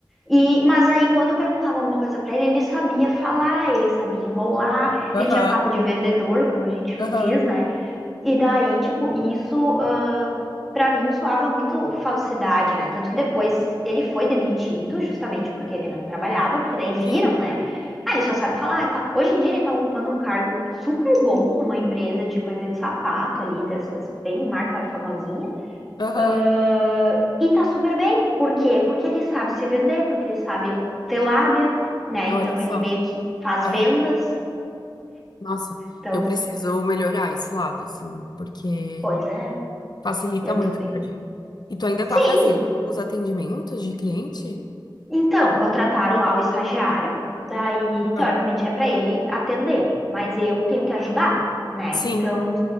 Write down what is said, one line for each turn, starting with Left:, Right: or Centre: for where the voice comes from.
Centre: E, mas aí, quando perguntava alguma coisa pra ele, ele sabia falar, ele sabia enrolar,
Left: aham,
Centre: ele tinha papo de vendedor, como a gente
Left: aham,
Centre: diz, né? E daí, tipo, isso ah, pra mim soava muito falsidade, né? Tanto que depois ele foi demitido, justamente porque ele não trabalhava, porque daí viram,
Left: sim,
Centre: né? Ah, ele só sabe falar e tal. Hoje em dia ele tá ocupando um cargo super bom numa empresa de coisa de sapato ali, dessas bem marca famosinha.
Left: aham,
Centre: Ah, e tá super bem. Por quê? Porque ele sabe se vender, porque ele sabe ter lábia, né?
Left: olha
Centre: Então
Left: só.
Centre: ele meio que faz
Left: é.
Centre: vendas.
Left: Nossa,
Centre: Então,
Left: eu preciso melhorar esse lado, assim, porque
Centre: pois é,
Left: Facilita
Centre: eu
Left: muito
Centre: também.
Left: pra gente. E tu ainda
Centre: Sim,
Left: tá fazendo os atendimentos de cliente?
Centre: Então, contrataram lá o estagiário, daí,
Left: Uhum.
Centre: teoricamente, é para ele atender, mas eu tenho que ajudar, né?
Left: Sim.
Centre: Então,